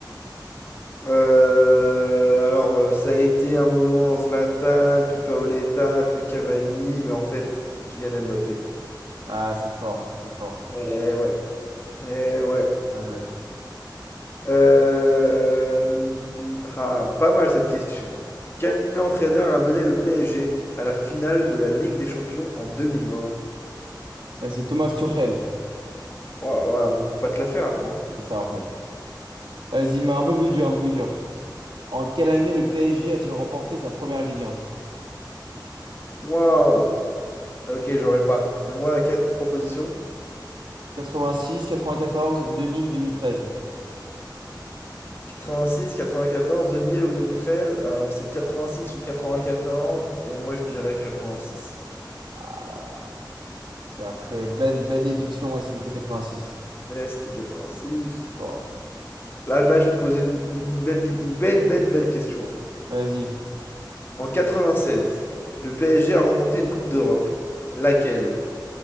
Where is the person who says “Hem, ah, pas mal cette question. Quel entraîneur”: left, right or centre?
Left